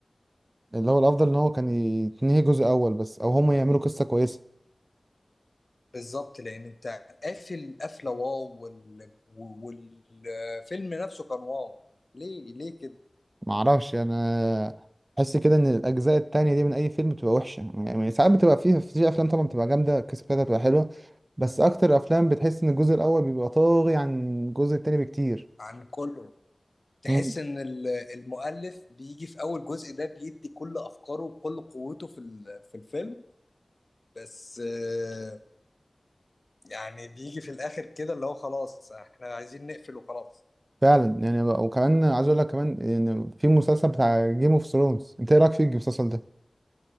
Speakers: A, on the right (about 40°); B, on the left (about 50°).
A: اللي هو الافضل ان هو كان يتنهي جزء اول بس او هما يعملوا قصه كويسه
B: بالضبط لأن أنت قافل قفلة واو وال... والفيلم نفسه كان واو ليه ليه كده
A: معرفش انا بحس كده ان الاجزاء التانية دي من اي فيلم بتبقى وحشه يعني ساعات بتبقى فيها في افلام طبعا بتبقى جامده القصه بتاعتها بتبقى حلوه بس اكتر افلام بتحس ان الجزء الاول بيبقى طاغي عن الجزء التاني بكتير
B: عن كله تحس
A: مم.
B: إن ال- المؤلف بيجي في أول جزء ده بيدي كل أفكاره وكل قوته في ال... في الفيلم بس آه، يعني بيجي في الآخر كده اللي هو خلاص إحنا عايزين نقفل وخلاص
A: فعلا يعني بقى- وكمان عايز اقول لك كمان ان في مسلسل بتاع جيم اوف ثرونز انت ايه رايك في المسلسل ده